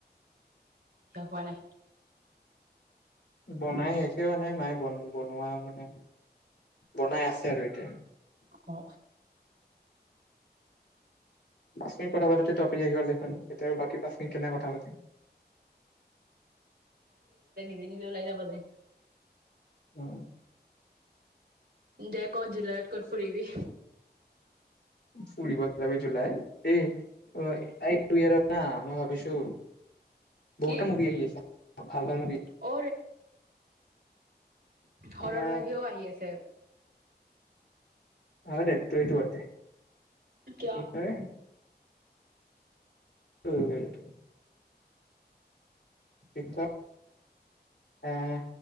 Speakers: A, on the right (about 70°); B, on the left (about 85°).
A: কিয় হোৱা নাই।
B: বনাই শেষো নাই মায়ে বন বনোৱা মানে বনাই আছে আৰু এতিয়া।
A: অ
B: পাছত কথা পাতেটপিক আহিব দেখ এতিয়া আৰু বাকী পাচখিনি কেনেক কথা পাতিম।
A: আজি কিন্তু ওলাই যাব দে।
B: অ
A: দে ক'ত জিলা ক'ত পুৰিবি।
B: ফুৰি বাব যাবি জুলাইত এই অ ইাৰ ন মই ভাবিছো। বহুতটা
A: কি
B: মোক আহি আছে ভাল ভাল
A: অ হৰৰ
B: আহ
A: মুভিও আহি আছে।
B: অ ন তো এইটো বত
A: কিয়
B: কি কয়? টো এইটো। পিঠা আহ